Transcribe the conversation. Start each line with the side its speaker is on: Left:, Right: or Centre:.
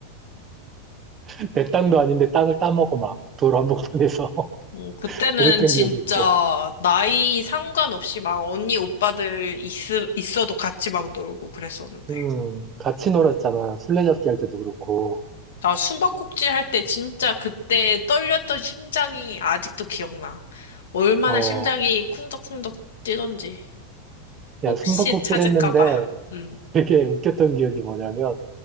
Right: <laughs> 내 땅도 아닌데 땅을 따먹어 막 도로 한복판에서
Left: 음, 그때는
Right: <laughs> 그랬던
Left: 진짜
Right: 기억이 있고
Left: 나이 상관없이 막 언니 오빠들 있, 있어도 같이 막 놀고 그랬었는데.
Right: 음 같이 놀았잖아 술래잡기 할 때도 그렇고
Left: 나 숨바꼭질 할 때 진짜 그때 떨렸던 심장이 아직도 기억나. 얼마나
Right: 어야
Left: 심장이 쿵덕쿵덕 뛰던지. 혹시
Right: 숨바꼭질
Left: 찾을까봐.
Right: 했는데
Left: 음.
Right: 되게 웃겼던 기억이 뭐냐면